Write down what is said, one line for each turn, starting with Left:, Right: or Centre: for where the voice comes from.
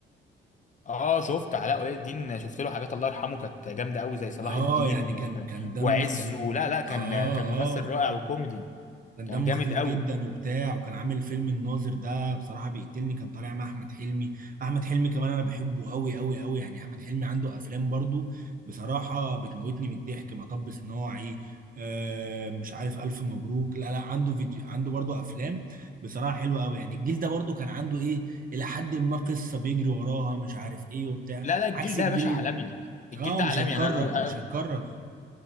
Left: اه شفت علاء ولي الدين شفت له حاجات الله يرحمه كانت جامده قوي زي صلاح
Right: اه
Left: الدين
Right: يعني كان
Left: و-
Right: كان دم
Left: وعز
Right: كان
Left: ولا لا كان
Right: اه
Left: كان ممثل
Right: اه
Left: رائع وكوميدي
Right: كان
Left: كان
Right: دمه
Left: جامد
Right: خفيف
Left: قوي
Right: جدا وبتاع وكان عامل فيلم الناظر ده بصراحة بيقتلني كان طالع مع أحمد حلمي أحمد حلمي كمان أنا بحبه قوي قوي قوي يعني أحمد حلمي عنده أفلام برضو بصراحة بتموتني من الضحك مطب صناعي آه مش عارف ألف مبروك لا لا عنده فيديو عنده برضو أفلام بصراحة حلوة قوي يعني الجيل ده برضو كان عنده إيه إلى حد ما قصة بيجري وراها مش عارف إيه وبتاع
Left: لا لا الجيل
Right: عكس
Left: ده
Right: الجيل
Left: يا باشا عالمي الجيل
Right: ال- آه
Left: ده
Right: مش
Left: عالمي
Right: هيتكرر
Left: يعني انا
Right: مش هيتكرر